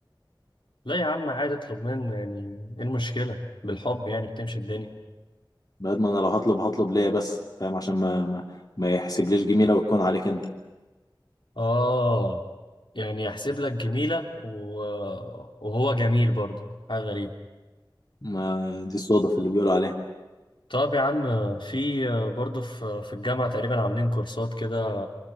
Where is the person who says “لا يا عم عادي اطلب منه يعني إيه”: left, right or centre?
Left